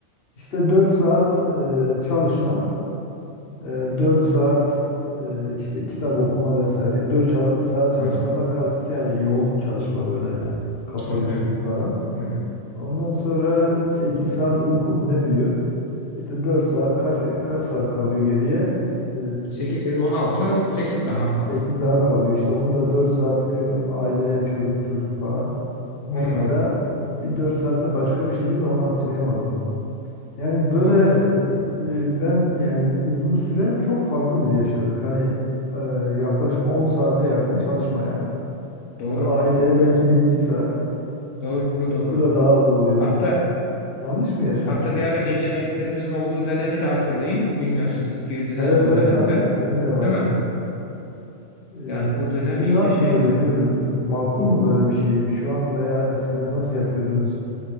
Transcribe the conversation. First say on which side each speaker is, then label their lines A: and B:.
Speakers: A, on the left (about 55°); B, on the left (about 75°).
A: İşte 4 saat e, çalışma, e, 4 saat e, işte kitap okuma vesaire. E, dört saat çalışmadan
B: hı.
A: kasıt yani yoğun çalışma böyle kafa
B: Anlıyorum.
A: yorucu falan.
B: Hı.
A: Ondan sonra 8 saat uyku mu ne diyor? İşte dört saat kaç e, kaç saat kalıyor geriye? Ee,
B: 8 16 8 daha kaldı.
A: 8 daha kalıyor işte. Onun da 4 saatini bilmem aileye, çocuk çocuk falan onlara
B: Hı,
A: bir 4 saatte başka bir şey diyor da onu hatırlayamadım. Yani böyle
B: anladım.
A: e, ben yani uzun süre çok farklı biz yaşadık. Hani e, yaklaşık 10 saate yakın çalışmaya,
B: Doğru,
A: aileye belki bir 2 saat,
B: doğru,
A: e, uyku
B: doğru.
A: da daha az oluyordu
B: Hatta
A: falan. Yanlış mı yaşamıştım?
B: hatta bir ara gece
A: acaba?
B: derslerimizin olduğu dönemi de hatırlayın. Bilmiyorum siz girdiniz
A: Evet
B: mi o
A: evet
B: dönemde?
A: aynı benim de vardı.
B: Değil mi?
A: Ee,
B: Yani
A: si-
B: o dönem
A: sizin
B: iyice
A: nasıldı
B: şeyde.
A: bilmiyorum. Ee, Makul mu böyle bir şeyi? Şu an veya eskiden nasıl yapıyordunuz?